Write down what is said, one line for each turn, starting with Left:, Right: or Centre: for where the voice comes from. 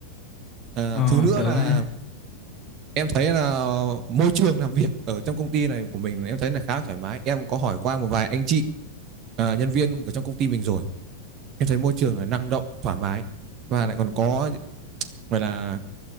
Right: à,
Left: ờ
Right: thứ nữa
Left: được
Right: là
Left: đấy
Right: em thấy là ờ, môi trường làm việc ở trong công ty này của mình em thấy là khá thoải mái em có hỏi qua một vài anh chị à, nhân viên của trong công ty mình rồi em thấy môi trường là năng động thoải mái và lại còn có gọi là